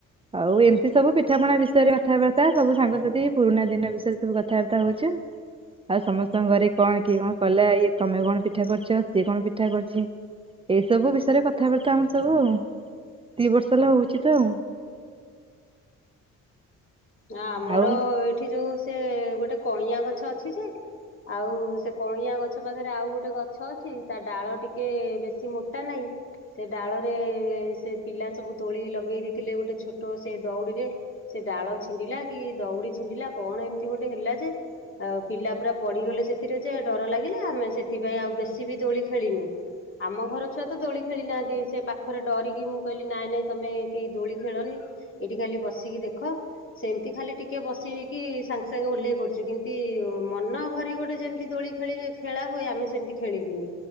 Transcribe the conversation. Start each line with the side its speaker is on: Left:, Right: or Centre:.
Right: ଆଉ ଏମିତି ସବୁ ପିଠାପଣା ବିଷୟରେ କଥାବାର୍ତ୍ତା ସବୁ ସାଙ୍ଗସାଥି ପୁରୁଣା ଦିନ ବିଷୟରେ ସବୁ କଥାବାର୍ତ୍ତା ହୋଉଚୁ, ଆଉ ସମସ୍ତଙ୍କ ଘରେ କଣ କିଏ କଣ କଲା ଇଏ ତମେ କଣ ପିଠା କରିଚ ସିଏ କଣ ପିଠା କରୁଚି, ଏଇ ସବୁ ବିଷୟରେ କଥାବାର୍ତ୍ତା ଆମର ସବୁ ଆଉ ଦି ବର୍ଷ ହେଲା ହୋଉଚି ତ
Left: ନା ଆମର
Right: ଆଉ
Left: ଏଇଠି ଯୋଉ ସେ ଗୋଟେ କଇଁଆଁ ଗଛ ଅଛି, ଯେ ଆଉ ସେ କଇଁଆ ଗଛ ପାଖରେ ଆଉ ଗୋଟେ ଗଛ ଅଛି, ତା ଡାଳ ଟିକେ ବେଶି ମୋଟା ନାହିଁ ସେ ଡାଳରେ ସେ ପିଲା ସବୁ ଦୋଳି ଲଗେଇ ଦେଇଥିଲେ, ଗୋଟେ ଛୋଟ ସେ ଦଉଡ଼ିରେ ସେ ଡାଳ ଛିଣ୍ଡିଲା କି ଦଉଡି ଛିଣ୍ଡିଲା କଣ ଏମିତି ଗୋଟେ ହେଲା ଯେ ଆଉ ପିଲା ପୁରା ପଡିଗଲେ, ସେଥିରେ ଯେ ଡର ଲାଗିଲା ଆମେ ସେଥିପାଇଁ ଆଉ ବେଶୀ ବି ଦୋଳି ଖେଳିନୁ, ଆମ ଘର ଛୁଆ ତ ଦୋଳି ଖେଳି ନାହାନ୍ତି, ସେ ପାଖରେ ଡରିକି ମୁଁ କହିଲି ନାଇଁ ନାଇଁ ତମେ କେହି ଦୋଳି ଖେଳନି ଏଇଠି ଖାଲି ବସିକି ଦେଖ। ସେମିତି ଖାଲି ଟିକେ ବସ କିି ସାଙ୍ଗେ ସାଙ୍ଗେ ଓହ୍ଲେଇ ପଡୁଛି କିନ୍ତ ମନ ଭରି ଗୋଟେ ଯେମିତି ଦୋଳି ଖେଳି ଖେଳା ହୁଏ ଆମେ ସେମିତି ଖେଳିଲୁନି,